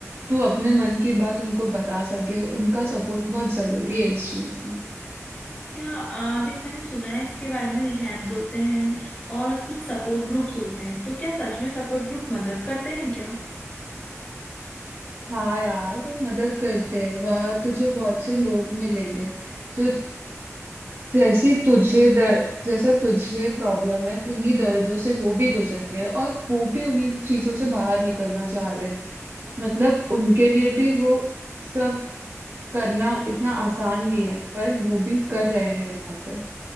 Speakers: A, on the right; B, on the left.
A: तू अपने मन की बात उनको बता सके उनका सपोर्ट बहुत जरूरी है इस चीज में
B: क्या आ, देख मैंने सुना है इसके बारे में रिहैब्स होते हैं और कुछ सपोर्ट ग्रुप्स होते हैं तो क्या सच में सपोर्ट ग्रुप मदद करते हैं क्या
A: हाँ यार वो मदद करते हैं वहां तुझे बहुत से लोग मिलेंगे जो जैसी तुझे दर्द जैसा तुझे प्रॉब्लम है उन्हीं दर्दों से वो भी गुजर रहे हैं और वो भी उन्हीं चीजों से बाहर निकलना चाह रहे हैं मतलब उनके लिए भी वो सब करना इतना आसान नहीं है पर वो भी कर रहे हैं वहां पे